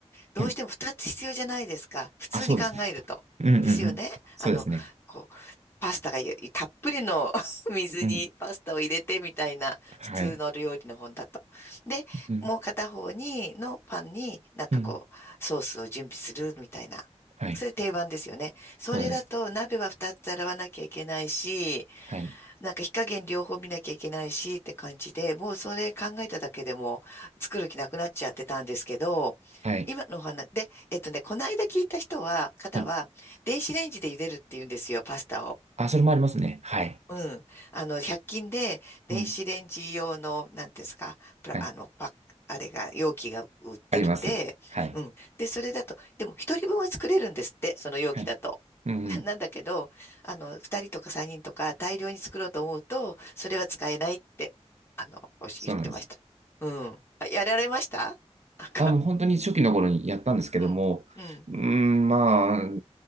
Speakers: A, on the left; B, on the right.
A: どうしても2つ必要じゃないですか。
B: はい。
A: 普通に考えると。
B: あ、そうですね。うんうんうん。
A: ですよね。
B: そうですね。
A: あの、こう、パスタがゆたっぷりの <laughs> 水にパスタを入れてみたいな普通の料理の本だと。
B: うん。はい。
A: で、
B: うん。
A: もう片方に、のパンになんかこう、
B: うん。
A: ソースを準備するみたいな。
B: はい。
A: それ定番ですよね。それだと鍋は2つ洗わなきゃいけないし、
B: そうなんです。はい。
A: なんか火加減両方見なきゃいけないしって感じで、もうそれ考えただけでも作る気なくなっちゃってたんですけど、
B: はい。
A: 今のお話で、えっとね、この間聞いた人は、方は、
B: はい。
A: 電子レンジで茹でるって言うんですよ、パスタを。
B: あ、それもありますね。はい。
A: うん。あの、100均で電子レンジ用の、
B: うん。
A: なんていうんですか、プラ、
B: はい。
A: あの、パック、あれが、容器が売ってるって、
B: あります。はい。
A: うん。で、それだと、でも一人分は作れるんですって、その容器だと。
B: はい。うんうん。
A: <laughs> な、なんだけど、あの、二人とか三人とか大量に作ろうと思うと、それは使えないって、あの、おし言ってました。
B: そうなんです。
A: うん。あやられました <laughs> なんか、
B: あ、もう本当に初期の頃にやったんですけども、
A: うん。うん。
B: うーん、まあ、うー